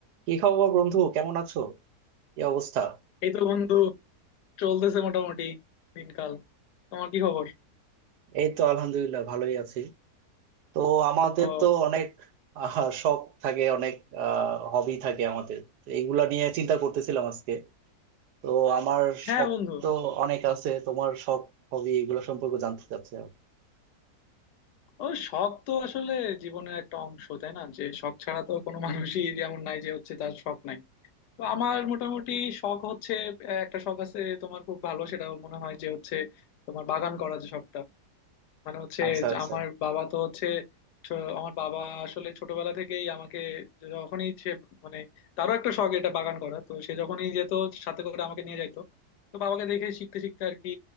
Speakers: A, on the right; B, on the left.
A: কি খবর বন্ধু কেমন আছো কি অবস্থা
B: এই তো বন্ধু চলতেছে মোটামুটি দিনকাল তোমার কি খবর
A: এই তো আলহামদুলিল্লাহ ভালোই আছি তো আমাদের
B: ও
A: তো অনেক আহ, শখ থাকে অনেক হবি থাকে আমাদের তো এইগুলা নিয়ে চিন্তা করতেছিলাম আজকে তো আমার
B: হ্যাঁ
A: শখ
B: বন্ধু
A: তো অনেক আছে তোমার শখ হবি এগুলো সম্পর্কে জানতে চাচ্ছি আর কি।
B: ও শখ তো আসলে জীবনের একটা অংশ তাই না যে শখ ছাড়া তো কোনো মানুষই যেমন নাই যে হচ্ছে তার শখ নাই তো আমার মোটামুটি শখ হচ্ছে আহ, একটা শখ আছে তোমার খুব ভালো সেটা মনে হয় যে হচ্ছে তোমার বাগান করা যে শখটা মানে হচ্ছে
A: আচ্ছা
B: যে
A: আচ্ছা
B: আমার বাবা তো হচ্ছে ছ- আমার বাবা আসলে ছোটবেলা থেকেই আমাকে যখনই সে মানে তারও একটা শখ এটা বাগান করা তো সে যখনই যেত সাথে করে আমাকে নিয়ে যাইতো তো বাবাকে দেখে শিখতে শিখতে আর কি